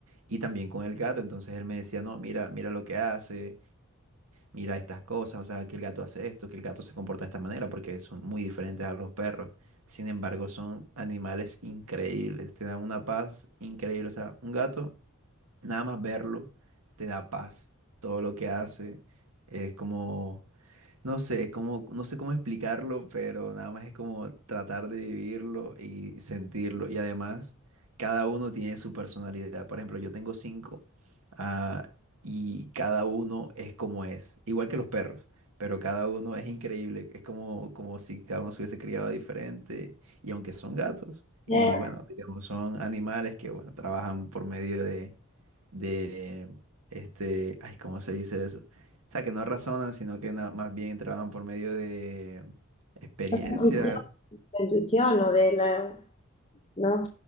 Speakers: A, on the right (about 80°); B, on the left (about 25°).
A: y también con el gato. Entonces él me decía, no, mira, mira lo que hace, mira estas cosas, o sea, que el gato hace esto, que el gato se comporta de esta manera, porque son muy diferentes a los perros. Sin embargo, son animales increíbles, te dan una paz increíble. O sea, un gato, nada más verlo, te da paz. Todo lo que hace es como no sé cómo, no sé cómo explicarlo, pero nada más es como tratar de vivirlo y sentirlo. Y además, cada uno tiene su personalidad. Por ejemplo, yo tengo cinco, ah, y cada uno es como es. Igual que los perros, pero cada uno es increíble. Es como, como si cada uno se hubiese criado diferente. Y aunque son gatos, y
B: Eh,
A: bueno, digamos, son animales que bueno, trabajan por medio de de, este, ay, ¿cómo se dice eso? O sea, que no razonan, sino que na- más bien trabajan por medio de experiencia.
B: intuición, la intuición o de la... No,